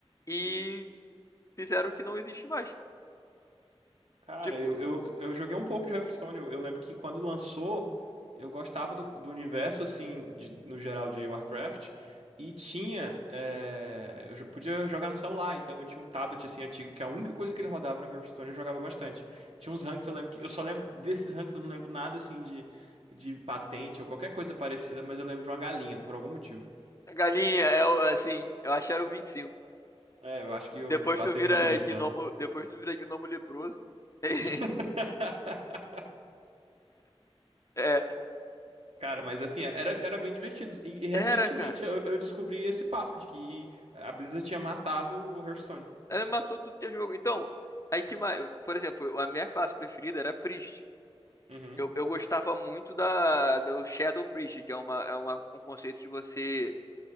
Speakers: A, on the left; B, on the right.
A: e fizeram que não existe mais.
B: Cara,
A: Tipo,
B: eu, eu, eu joguei um pouco de Hearthstone. Eu, eu lembro que quando lançou, eu gostava do, do universo, assim, de- no geral de Warcraft. E tinha. eh, eu já podia jogar no celular, então eu tinha um tablet, assim, antigo, que a única coisa que ele rodava era Hearthstone, eu jogava bastante. Tinha uns ranks, eu lembro que. Eu só lembro desses ranks, eu não lembro nada, assim, de, de patente ou qualquer coisa parecida, mas eu lembro de uma galinha, por algum motivo.
A: a galinha é o- assim, eu acho era o vinte e cinco
B: É, eu acho que eu
A: Depois
B: não passei
A: tu vira
B: muito disso,
A: gnomo,
B: não.
A: depois tu vira gnomo leproso. <laughs>
B: <laughs>
A: É,
B: Cara, mas assim, era, era bem divertido. E, e recentemente
A: era, cara.
B: eu, eu descobri esse papo de que a Blizzard tinha matado o Hearthstone.
A: Ela matou tudo que é jogo. Então, aí que mais, por exemplo, a minha classe preferida era Priest.
B: Uhum.
A: Eu, eu gostava muito da do Shadow Priest, que é uma, é uma um conceito que você